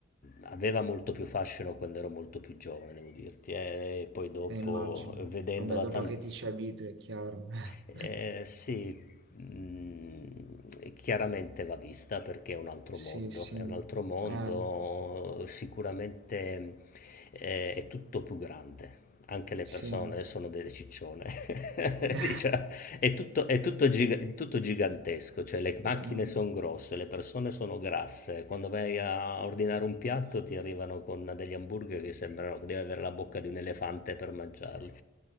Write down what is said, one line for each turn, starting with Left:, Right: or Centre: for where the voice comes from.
Left: aveva molto più fascino quando ero molto più giovane, devo dirti, eh, e poi dopo,
Right: eh, immagino.
Left: vedendola
Right: Vabbè, dopo
Left: tanto.
Right: che ti ci abitui, è chiaro. <laughs>
Left: Eh, sì, mm, chiaramente va vista perché è un altro
Right: Sì,
Left: mondo,
Right: sì.
Left: è un altro mondo,
Right: Eh,
Left: sicuramente mm, eh, è tutto più grande. Anche le
Right: sì.
Left: persone sono delle ciccione, <laughs>
Right: <laughs>
Left: diciamo, è tutto, è tutto giga- è tutto gigantesco, cioè le macchine
Right: Mm-mm.
Left: sono grosse, le persone sono grasse. Quando vai a ordinare un piatto ti arrivano con degli hamburger che sembrano che devi avere la bocca di un elefante per mangiarli.